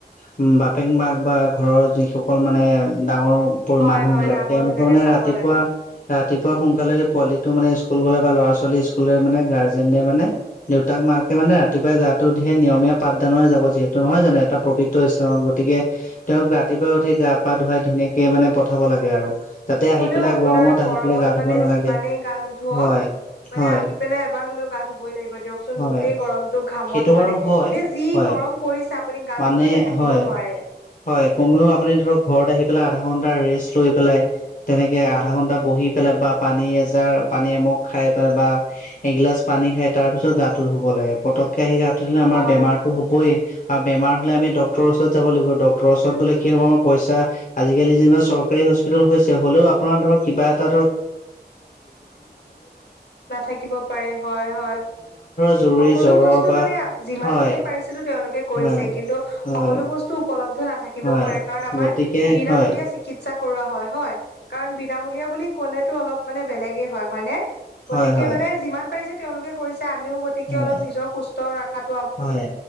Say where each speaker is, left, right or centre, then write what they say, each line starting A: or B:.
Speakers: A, on the left; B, on the left.
A: উম, বাপেক মাক বা ঘৰৰ যিসকল মানে ডাঙৰ
B: হয়
A: মানুহ
B: হয়
A: বিলাক
B: ডাঙৰ
A: তেওঁলোকে
B: বিলাকে
A: মানে
B: চাব
A: ৰাতিপুৱা
B: লাগে
A: ৰাতিপুৱা সোনকালে পোৱালিত মানে স্কুল গ'লে বা ল'ৰা ছোৱালী স্কুলে মানে গাৰ্জেনে মানে দেউতাক মাকে মানে ৰাতিপুৱাই গা টো দি নিয়মীয়া পাঠদানৰে যাব যিহেতু নহয় জানো এটা পৱিত্ৰ স্থানত, গতিকে তেওঁক ৰাতিপুৱাই উঠি গা পা ধুৱাই ধুনীয়াকে মানে পঠাব লাগে আৰু। যাতে আহি
B: হ'লেও
A: পেলাই
B: আপোনাৰ
A: গৰমত
B: গৰমত
A: আহি পেলাই গা ধুব
B: মানে
A: নালাগে
B: যিমানেই গা নো ধোৱক,
A: হয়
B: মানে
A: হয়
B: আহি পেলাই এবাৰ হলেও গা ধুবই লাগিব। দিয়কচোন
A: হয়
B: গোটেই গৰমটো ঘামত
A: সেইটো বাৰু
B: মানে
A: হয়
B: এতিয়া যি
A: হয়
B: গৰম পৰিছে আপ আপুনি গা
A: মানে
B: নোধোৱাকে থাকিব
A: হয়
B: নোৱাৰে।
A: হয় কমেও আপুনি ধৰ ঘৰত আহি পেলাই আধা ঘন্টা ৰেষ্ট লৈ পেলাই তেনেকে আধা ঘন্টা বহি পেলা বা পানী এজাৰ পানী এমক খাই পেলাই বা এগিলাচ পানী খাই তাৰ পিছত গাটো ধুব লাগে। পটককে আহি গাটো ধুলে আমাৰ
B: হয়
A: বেমাৰো হবই আৰু বেমাৰ হলে আমি ডক্তৰৰ ওচৰত যাব লাগিব আৰু ড খৰচত গ'লে কি হ'ব আমাৰ পইচা আজিকালি যেনিবা চৰকাৰী হস্পিিতল হৈছে হলেও আপোনাৰ ধৰক কিবা এটা
B: নাথাকিব পাৰে হয় হয়
A: <inaudible>
B: সকলো
A: জ্বৰৰ
B: বস্তু
A: বা
B: মানে যিমান
A: হয়
B: খিনি পাৰিছিলো তেওঁলোকে কৰিছে
A: হয়
B: কিন্তু
A: হয়
B: সকলো বস্তু উপলব্ধ নাথাকিবও
A: হয়
B: পাৰে কাৰণ আমাৰ
A: গতিকে
B: বিনামূলীয়া
A: হয়
B: চিকিৎসা কৰোৱা হয় হয় কাৰণ বিনামূলীয়া বুলি লেো অলপ মানে বেলেগে হয় হয় নে
A: হয়
B: গতিকে
A: হয়
B: মানে যিমান পাৰিছে তেওঁলোকে কৰিছে আমিও গতিকে
A: হয়
B: অলপ নিজৰ সুস্থ ৰাখাত
A: হয়